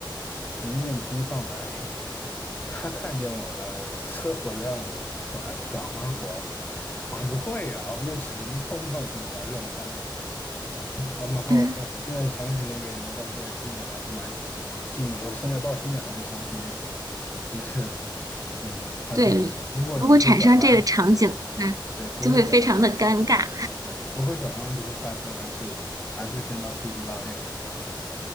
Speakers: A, on the left; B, on the right.
A: 迎面冲上来，他看见我了，嘶吼着让我转转滑活，我不会啊，我就只能冲上去把他撞翻了。啊，蛮好笑的。
B: <laughs>
A: 现在想起那个人，我到现在记忆还是蛮记记忆，我现在到现在还能想起那个人，就是嗯，还是如果你不会转弯，
B: 对，如果产生这个场景的话，
A: 对，不会转弯，
B: 就会非常的尴尬。
A: 对，不会转弯，不会刹车，还是还是先到初级道练练吧。